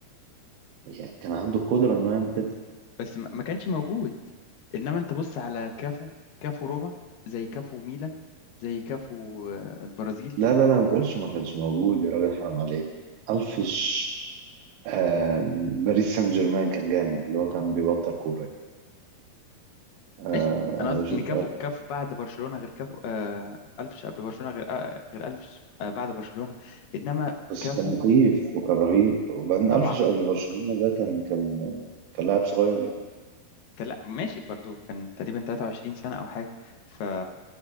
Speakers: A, on the right; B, on the left.
A: يعني كان عنده القدرة إنه يعمل كده
B: بس ما ما كانش موجود انما انت بص على كافو كافو روما زي كافو ميلان زي كافو آه، البرازيل
A: لا لا لا ما تقولش ما كانش موجود يا راجل حرام عليك ألفيش آه باريس سان جيرمان كان جامد اللي هو كان بيبطل كورة آه
B: ماشي انا
A: أنا
B: قصدي
A: بشوف
B: ان كافو كافو بعد برشلونه غير كافو آه الفيش قبل برشلونه غير آه غير الفيش آه بعد برشلونه انما
A: بس
B: كافو
A: كان مخيف وكان رهيب وبعدين
B: طبعا
A: ألفش قبل برشلونة ده كان كان كان لاعب صغير يعني
B: كان لا ماشي برضو كان تقريبا 23 سنة أو حاجة ف...